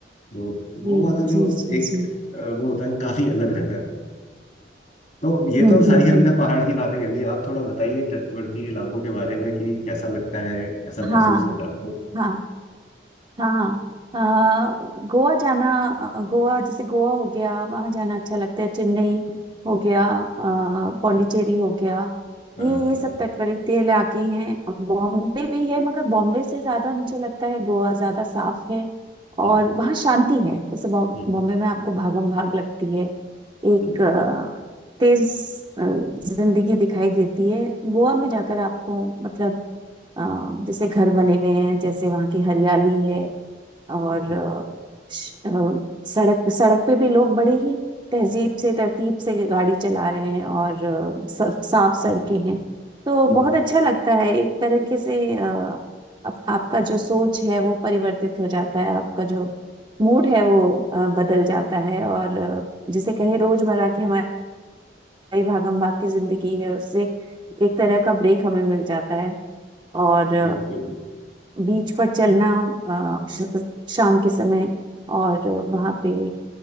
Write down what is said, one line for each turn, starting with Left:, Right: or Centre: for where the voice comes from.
Left: तो वो
Right: जी
Left: वाला
Right: जी
Left: जो
Right: जी
Left: एक
Right: जी
Left: अ, वो होता है वो काफी अलग रहता है तो ये
Right: हम्म
Left: तो सारी
Right: हम्म
Left: हमने
Right: हम्म
Left: पहाड़ की बातें कर ली आप थोड़ा बताइए तटवर्ती इलाकों के बारे में कि कैसा लगता है कैसा महसूस
Right: हाँ
Left: होता है आपको
Right: हाँ हाँ हाँ अ, गोवा जाना अ, गोवा जैसे गोवा हो गया वहां जाना अच्छा लगता है चेन्नई हो गया अ, पौंडीचेरी हो गया
Left: हाँ
Right: ये ये सब
Left: हाँ
Right: तटवर्ती इलाके हैं बॉम्बे भी है मगर बॉम्बे से ज्यादा मुझे लगता है गोवा ज्यादा साफ है
Left: हम्म,
Right: और वहाँ शांति है जैसे बॉम-
Left: हम्म,
Right: बॉम्बे में आपको भागम भाग लगती है एक
Left: हम्म,
Right: अ, तेज अ, जिंदगी दिखाई देती है गोवा में जाकर आपको मतलब अ, जैसे घर बने हुए हैं जैसे वहाँ की हरियाली है और
Left: हम्म,
Right: अ, श- अ, सड़क सड़क पे भी लोग बड़े ही तहजीब से तरतीब से गाड़ी चला रहे हैं और अ, स- साफ सड़कें हैं तो
Left: हम्म,
Right: बहुत अच्छा लगता है एक तरीके से अ, आप, आपका जो सोच है वो परिवर्तित हो जाता है आपका जो मूड है वो अ, बदल जाता है और अ, जिसे कहे रोजमर्रा की हमारी भागम भाग की जिंदगी है उससे एक तरह का ब्रेक हमें मिल जाता है और
Left: बिल्कुल
Right: बीच पर चलना अ, श- शाम के समय और वहां पे